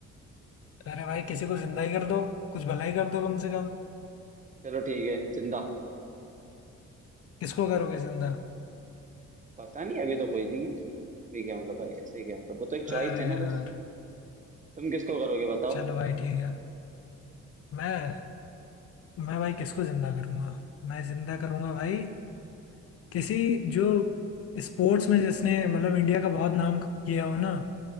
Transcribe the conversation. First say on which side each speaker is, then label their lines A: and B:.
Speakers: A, on the left (about 50°); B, on the right (about 25°).
A: अरे भाई किसी को जिंदा ही कर दो कुछ भलाई कर दो कम से कम
B: चलो ठीक है जिंदा
A: किसको करोगे जिंदा
B: पता नहीं अभी तो कोई नहीं है ये क्या मतलब भाई ऐसे क्या मतलब वो तो एक चॉइस
A: अरे
B: है ना
A: यार
B: बस तुम किसको करोगे बताओ
A: चलो भाई ठीक है मैं मैं भाई किसको जिंदा करूंगा मैं जिंदा करूंगा भाई किसी जो स्पोर्ट्स में जिसने मतलब इंडिया का बहुत नाम किया हो ना